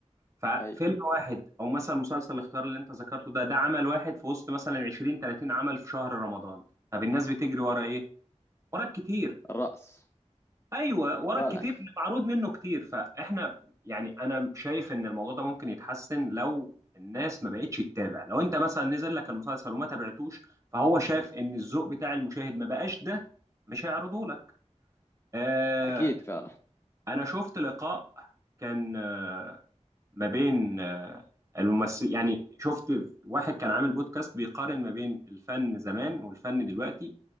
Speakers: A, on the right (about 25°); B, on the left (about 20°).
A: ففيلم
B: ايوه
A: واحد او مثلا مسلسل الاختيار اللي انت ذكرته ده ده عمل واحد في وسط مثلا 20 30 عمل في شهر رمضان طب الناس بتجري ورا ايه ورا الكتير
B: الرأس
A: ايوه ورا
B: فعلا
A: الكتير اللي معروض منه كتير فاحنا يعني انا شايف ان الموضوع ده ممكن يتحسن لو الناس ما بقتش تتابع لو انت مثلا نزل لك المسلسل وما تابعتوش فهو شاف ان الذوق بتاع المشاهد ما بقاش ده مش هيعرضه لك آه
B: اكيد فعلا
A: انا شفت لقاء كان آه، ما بين آه، الممثل يعني شفت واحد كان عامل بودكاست بيقارن ما بين الفن زمان والفن دلوقتي